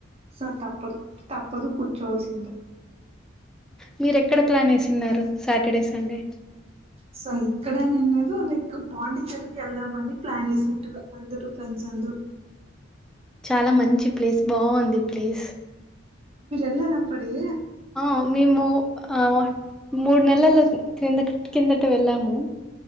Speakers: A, on the right; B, in the centre.
A: సో తప్ప తప్పదు కూర్చోల్సిందే
B: మీర ఎక్కడ ప్లాన్ వేసిన్నారు సాటర్డే సండే
A: సో ఇక్కడేని ఏం లేదు లైక్ పాండిచ్చేరికి వెళ్దామ అని ప్లాన్ వేసిట్టు మీకు అందరు ఫ్రెండ్స్ అ అందురూ
B: చాలా మంచి ప్లేస్ బాగుంది ప్లేస్
A: వెళ్లారప్పుడే
B: ఆ మేము ఆ మూడు నెలల కింద కిందట వెళ్ళాము